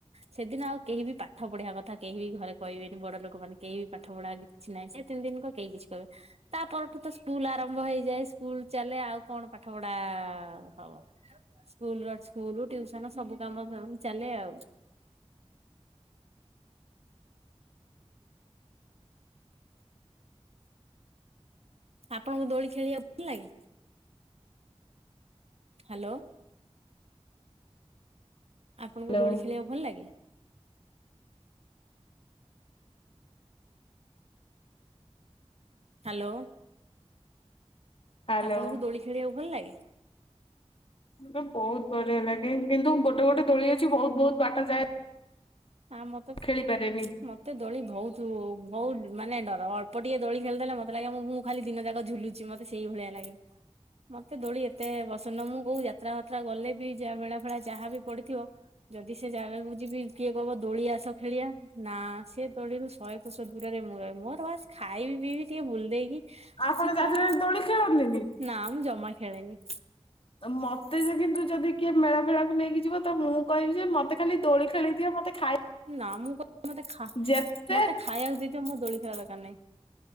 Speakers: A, on the right; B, on the left.
A: ସେଦିନ ଆଉ କେହି ବି ପାଠ ପଢିବା କଥା କେହି ବି ଘରେ କହିବେନି ବଡ ଲୋକମାନେ କେହି ବି ପାଠ ପଢା କିଛି ନାହିଁ ସେ ତିନି ଦିନ କ କେହି କିଛି କହିବେନି। ତା ପରଠୁ ତ ସ୍କୁଲ ଆରମ୍ଭ ହେଇଯାଏ ସ୍କୁଲ ଚାଲେ ଆଉ କଣ ପାଠ ପଢା ଆ ହବ। ସ୍କୁଲର ସ୍କୁଲ ଟିଉସନ ସବୁ କାମ ଚାଲେ ଆଉ। ଆପଣଙ୍କୁ ଦୋଳି ଖେଳିବାକୁ ଭଲ ଲାଗେ? ହାଲୋ। ଆପଣଙ୍କୁ
B: ହ୍ୟାଲୋ।
A: ଦୋଳି ଖେଳିବାକୁ ଭଲ ଲାଗେ? ହ୍ୟାଲୋ।
B: ହ୍ୟାଲୋ।
A: ଆପଣଙ୍କୁ ଦୋଳି ଖେଳିବାକୁ ଭଲ ଲାଗେ?
B: ମୋତେ ବହୁତ ବଢିଆ ଲାଗେ କିନ୍ତୁ ଗୋଟେ ଗୋଟେ ଦୋଳି ଅଛି ବହୁତ ବହୁତ ବାଟ ଯାଏ।
A: ଆମର ତ ମୋ
B: ଖେଳି ପାରେନି।
A: ମତେ ଦୋଳି ବହୁତ ବହୁତ ମାନେ ଡର ଅଳ୍ପ ଟିକେ ଦୋଳି ଖେଳିଦେଲେ ମୋତେ ଲାଗେ ମୁଁ ଖାଲି ଦିନ ଯାକ ଝୁଲୁଛି ମତେ ସେଇ ଭଳିଆ ଲାଗେ ମତେ ଦୋଳି ଏତେ ମୋତେ ପସନ୍ଦ ନୁହେଁ ମୁଁ କୋଉ ଯାତ୍ରା ଫାତ୍ରା ଗଲେ ବି ଯହା ମେଳା ଫେଳା ଯାହା ବି ପଡିଥିବ ଯଦି ସେ ଜାଗାକୁୁ ଯିବି। କିଏ କହିବ ଦୋଳି ଆସ ଖେଳିବା ନା ସେ ଦୋଳିରୁ ଶହେ କୋଷ ଦୂରରେ ମୁଁ ରହେ ମୋର ବାସ ଖାଇବି ପିଇବି ଟିକେ ଭୁଲ ଦେଇକି
B: ଆପଣ
A: ଆସିବି
B: ଯାତ୍ରାରେ
A: କଣ
B: ଦୋଳି ଖେଳନ୍ତିନି?
A: ନା ମୁଁ ଜମା ଖେଳେନି।
B: ମତେ ଯେ କିନ୍ତୁ ଯଦି କିଏ ମେଳା ଫେଳାକୁ ନେଇକି ଯିବ ତ ମୁଁ କହିବି ଯେ ମତେ ଖାଲି ଦୋଳି ଖେଳେଇ ଦିଅ ମତେ ଖାଇ
A: ନା ମୁଁ କି ମତେ
B: ଯେତେ
A: ମତେ ଖାଇବାକୁ ଦେଇଦିଅ ମୋ ଦୋଳି ଖାଳିବା ଦରକାର ନାହିଁ।